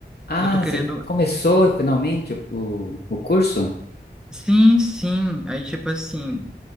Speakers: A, on the left; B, in the centre.
A: Ah,
B: Eu tô querendo.
A: você começou finalmente o, o, o curso?
B: Sim, sim. Aí, tipo assim.